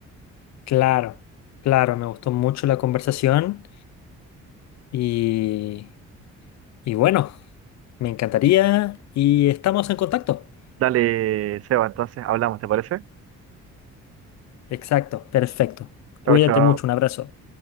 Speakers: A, on the left; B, on the right.
A: Claro, claro, me gustó mucho la conversación y, y bueno, me encantaría y estamos en contacto.
B: Dale, Seba, entonces hablamos, ¿te parece?
A: Exacto, perfecto. Cuídate
B: Chao, chao.
A: mucho, un abrazo.